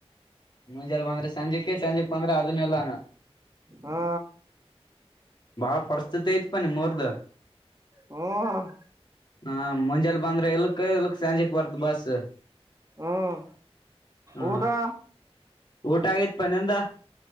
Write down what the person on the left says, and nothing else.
ಮುಂಜೆ ಬಂದ್ರೆ ಸಂಜೆಕೆ ಸಂಜೆಕ್ ಬಂದ್ರೆ ಅದನ್ನ ಇಲ್ಲಾನ
ಭಾವ ಪಸ್ಥತಿ ಆಐಿತ ಪನೆ ಮರ್ದ
ಹ ಮಂಜಲ್ ಬಂದ್ರೆ ಇಲ್ಕ್ ಇಲ್ಕ್ ಸಂಜೆಕ್ ಬರ್ತ್ ಬಸ್
ಹ
ಊಟ ಆಗೈತಿ ಪ ನಿಂದು